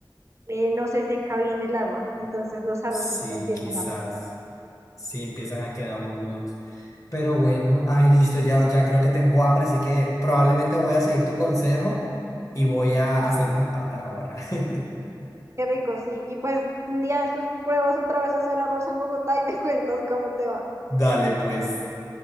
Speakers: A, on the right (about 35°); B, on the left (about 40°).
A: eh, no se seca bien el agua, entonces los arroces
B: sí,
A: se empiezan
B: quizás.
A: a pegar.
B: Sí, empiezan a quedar boludos. Pero bueno, ay, listo, ya, ya creo que tengo hambre, así que probablemente voy a seguir tu consejo y voy a hacer unas pastas ahora. <laughs>
A: Qué rico, sí. Y pues un día de estos pruebas otra vez a hacer arroz en Bogotá y me <laughs> cuentas cómo te va.
B: Dale, pues,